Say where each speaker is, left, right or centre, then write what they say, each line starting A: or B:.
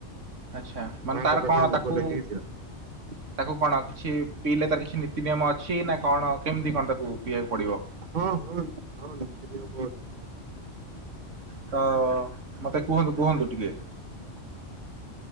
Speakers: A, on the right; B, on the right.
A: ଆଚ୍ଛା ମାନେ
B: ମାଙ୍କ
A: ତାର
B: ପାଖରେ
A: କଣ
B: ଭୋଗ
A: ତାକୁ
B: ଲଗେଇ ଦିଅନ୍
A: ତାକୁ କଣ କିଛି ପିଇଲେ ତାର କିଛି ନୀତି ନିୟମ ଅଛି ନା କଣ କେମିତି କଣ ତାକୁ ପିଇବାକୁ ପଡିବ?
B: ହଁ ହଁ ହଁ ନୀତିନିୟମ ଅ
A: ତ ମତେ କୁହନ୍ତୁ କୁହନ୍ତୁ ଟିକେ।